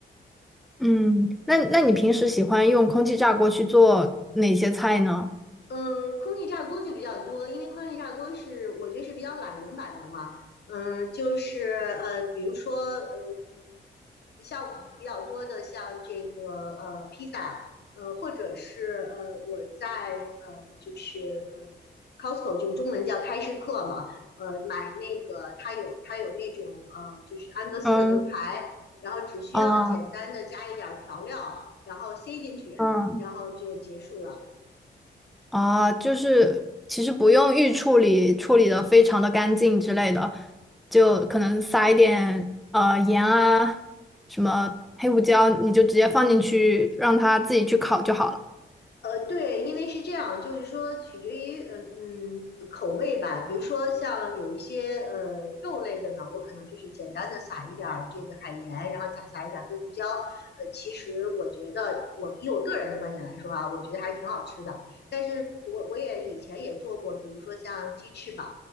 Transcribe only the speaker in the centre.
嗯，那那你平时喜欢用空气炸锅去做哪些菜呢？
嗯，
啊，
嗯，
啊，就是其实不用预处理，处理的非常的干净之类的，就可能撒一点呃盐啊，什么黑胡椒，你就直接放进去，让它自己去烤就好了。